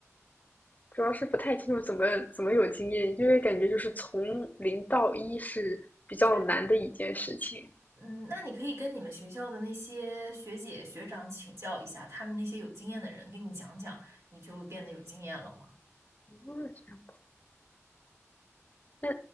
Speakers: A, on the left; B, on the right.
A: 主要是不太清楚怎么怎么有经验，因为感觉就是从零到一是比较难的一件事情。
B: 对的嗯，那你可以跟你们学校的那些学姐学长请教一下，他们那些有经验的人给你讲讲，你就变得有经验了嘛。
A: 哦，这样那